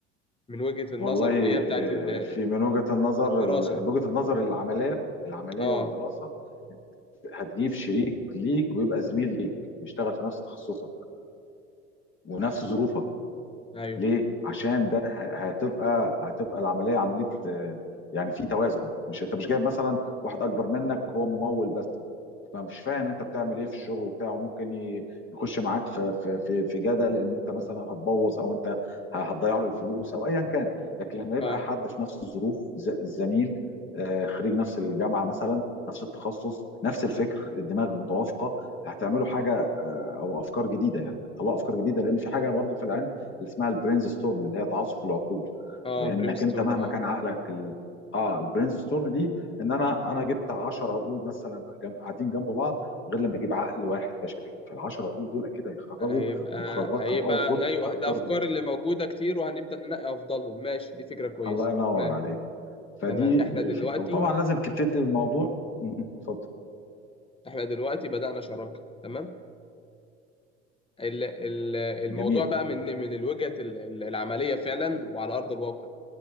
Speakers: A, on the left (about 15°); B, on the left (about 35°).
A: من وجهة النظر
B: والله
A: اللي هي بتاعت ال-
B: آه، في من وجهة النظر
A: الدراسة
B: ال- وجهة النظر العملية العملية
A: اه
B: والدراسة انت هتجيب شريك ليك ويبقى زميل ليك بيشتغل في نفس تخصصك ونفس ظروفك
A: ايوه
B: ليه؟ عشان ده ه- هتبقى هتبقى العملية عملية آه، يعني في توازن مش انت مش جايب مثلا واحد اكبر منك هو ممول بس فمش فاهم انت بتعمل ايه في الشغل وبتاع وممكن ي- يخش معاك في في في في جدل ان انت مثلا هتبوظ او انت ه- هتضيع له الفلوس او ايا كان لكن لما يبقى
A: اه
B: حد في نفس الظروف ز- الزميل آه، خريج نفس الجامعه مثلا نفس التخصص نفس الفكر الدماغ متوافقه هتعملوا حاجه او افكار جديده يعني طلعوا افكار جديده لان في حاجه برضو في العلم اللي اسمها البرينز ستورم اللي هي تعاصف العقول
A: اه
B: لانك
A: برين ستورم
B: انت مهما
A: اه
B: كان عقلك ال... اه البرينز ستورم دي ان انا انا جبت 10 عقول مثلا جنب- قاعدين جنب بعض غير لما اجيب عقل واحد بشري فال 10 عقول دول اكيد هيخرجوا
A: هيبقى
B: مخرجات
A: هيبقى
B: او اوت بوت
A: ايوه
B: اكتر
A: الافكار
B: بكتير
A: اللي موجوده كتير وهنبدا ننقي افضلهم ماشي دي فكره كويسه
B: الله ينور
A: تمام
B: عليك فدي
A: تمام احنا دلوقتي
B: فكره وطبعا لازم تبتدي الموضوع مم، اتفضل
A: احنا دلوقتي بدانا شراكه تمام ال- ال- الموضوع
B: جميل
A: بقى من من الوجهه ال- ال- العمليه فعلا وعلى ارض الواقع